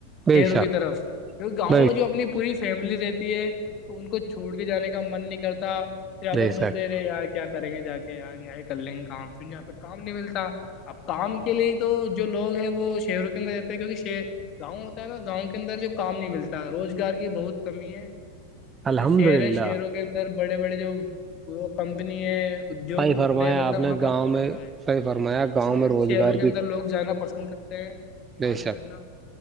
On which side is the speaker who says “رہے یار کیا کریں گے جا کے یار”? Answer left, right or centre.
Left